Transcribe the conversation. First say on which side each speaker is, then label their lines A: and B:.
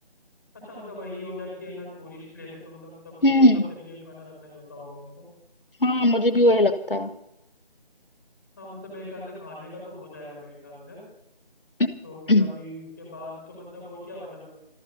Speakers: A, on the left; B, on the left.
A: अच्छा मतलब वही हो गया कि है ना टूरिस्ट प्लेस है तो मतलब सब
B: हम्म
A: जगह- सब तरीके का खाना रखना ही होता होगा उनको
B: हाँ मुझे भी वही लगता
A: हाँ मतलब मेरे ख्याल से खाने का तो हो जाएगा मेरे ख्याल से
B: है <clears throat>
A: तो फिर अभी उसके बाद तो मतलब और क्या बचा मतलब